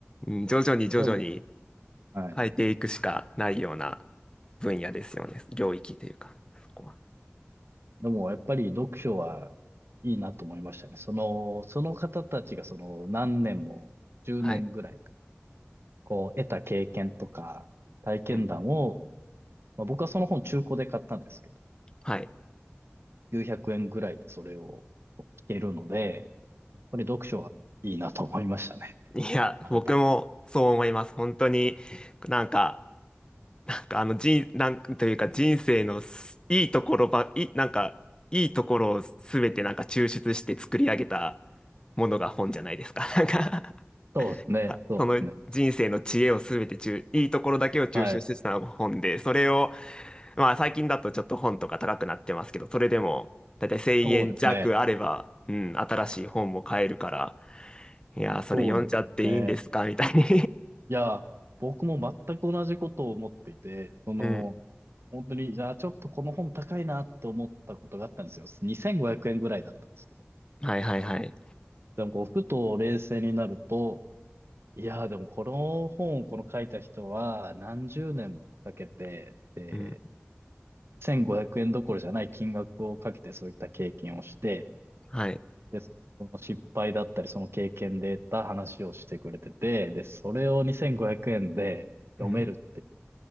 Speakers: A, on the left; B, on the right.
A: うん徐々に徐々に
B: でも、はい。
A: 変えていくしかないような分野ですよね。領域というか、そこは。
B: でもやっぱり読書はいいなと思いましたね。その、その方たちがその何年も、10年ぐらい、
A: はい。
B: こう得た経験とか体験談を
A: うん。
B: まあ、僕はその本中古で買ったんですけど、
A: はい。
B: 900円ぐらいでそれをこう聞けるので、やっぱり読書はいいなと思いましたね。
A: いや、
B: 改めて。
A: 僕もそう思います。本当になんか、なんかあの人、なんというか人生のすいいところば、い、なんかいいところをすべてなんか抽出して作り上げたものが本じゃないですか。<laughs> なんか <laughs>
B: そうですね。
A: あその人生の知恵をすべて抽、
B: そうですね。
A: いいところだけを抽出したのが本で、
B: はい。
A: それを、まあ最近だとちょっと本とか高くなってますけど、それでもだいたい1円弱あれば、
B: そうですね。
A: うん、新しい本も買えるから、いやー、それ読んじゃっていいんですかみたいに
B: そうなんですね。いや、僕も全く同じことを思っていて、その、
A: <laughs> うん。
B: 本当に、じゃあちょっとこの本高いなと思ったことがあったんですよ。2500円ぐらいだったんですけど。
A: はいはいはい。
B: でもこう、ふと冷静になると、いやーでもこの本をこの書いた人は何十年もかけて、で、
A: うん。
B: 1500円どころじゃない金額をかけてそういった経験をして、
A: はい。
B: で、その失敗だったりその経験で得た話をしてくれてて、で、それを2500円で読めるっていう
A: うん